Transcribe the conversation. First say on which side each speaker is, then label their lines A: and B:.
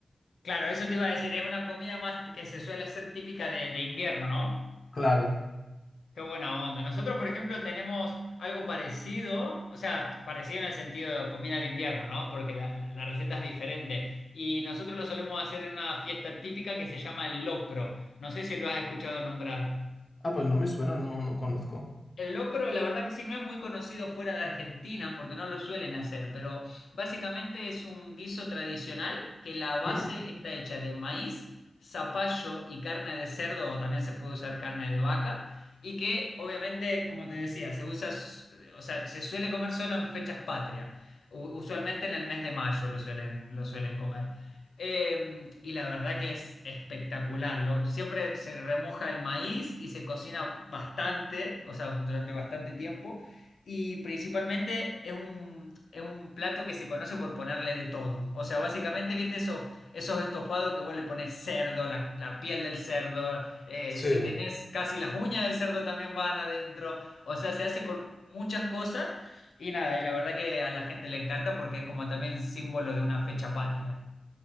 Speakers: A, on the left (about 80°); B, on the left (about 40°).
A: Claro, eso te iba a decir, es una comida más que se suele hacer típica de, de invierno, ¿no?
B: Claro.
A: Qué buena onda. Nosotros, por ejemplo, tenemos algo parecido, o sea, parecido en el sentido de comida de invierno, ¿no? Porque la, la- la receta es diferente. Y nosotros lo solemos hacer en una fiesta típica que se llama el locro. No sé si lo has escuchado nombrar.
B: Ah, pues no me suena, no, no conozco.
A: El locro, la verdad que sí, no es muy conocido fuera de Argentina porque no lo suelen hacer, pero básicamente es un guiso tradicional que la base
B: Mm,
A: está hecha de maíz, zapallo y carne de cerdo, o también se puede usar carne de vaca, y que obviamente, como te decía, se usa, s- o sea, se suele comer solo en fechas patrias, usualmente en el mes de mayo lo suelen, lo suelen comer. Eh, y la verdad que es espectacular, lo Siempre se remoja el maíz y se cocina bastante, o sea, durante bastante tiempo. Y principalmente es un, es un plato que se conoce por ponerle de todo. O sea, básicamente, ¿viste esos, esos estofados que vos le pones cerdo, la, la piel del cerdo? eh,
B: Sí,
A: si tenés casi las uñas del cerdo también van adentro. O sea, se hace con muchas cosas. Y nada, y la verdad que a la gente le encanta porque es como también símbolo de una fecha patria.